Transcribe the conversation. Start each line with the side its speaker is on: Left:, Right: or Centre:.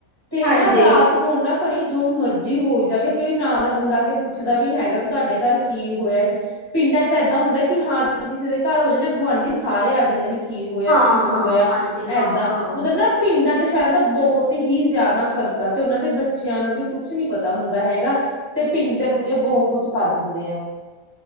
Right: ਤੇ
Left: ਹਾਂਜੀ
Right: ਨਾ ਰਾਤ ਨੂੰ ਨਾ ਭੈਣੇ ਜੋ ਮਰਜ਼ੀ ਹੋ ਜਾਵੇ, ਕੋਈ ਨਾਂਲ ਦਾ ਬੰਦਾ ਆ ਕੇ ਪੁੱਛਦਾ ਵੀ ਨੀ ਹੈਗਾ, ਵੀ ਤੁਹਾਡੇ ਘਰ ਕੀ ਹੋਇਆ ਕੀ ਪਿੰਡਾਂ ਚ ਏਦਾਂ ਹੁੰਦੈ ਕੀ ਹਾਂ ਕਿਸੇ ਦੇ ਘਰ ਹੋਜੇ ਨਾ ਗੁਆਂਢੀ ਸਾਰੇ
Left: ਹਾਂ
Right: ਆ ਜਾਂਦੇ ਨੇ ਕੀ ਹੋਇਆ,
Left: ਹਾਂ
Right: ਕਿਉਂ
Left: ਹਾਂ
Right: ਹੋਇਆ
Left: ਹਾਂਜੀ
Right: ਐਦਾਂ
Left: ਹਾਂ ਹਾਂ
Right: ਮਤਲਬ ਨਾ ਪਿੰਡਾਂ ਤੇ ਸ਼ੈਰਾਂ ਦਾ ਬੋਹਤ ਹੀ ਜਾਦਾ ਫ਼ਰਕ ਆ, ਤੇ ਓਨਾਂ ਦੇ ਬੱਚਿਆਂ ਨੂੰ ਵੀ ਕੁਛ ਨੀ ਪਤਾ ਹੁੰਦਾ ਹੈਗਾ ਤੇ ਪਿੰਡ ਦੇ ਬੱਚੇ ਬੋਹ ਕੁਛ ਕਰ ਦਿੰਦੇ ਐ।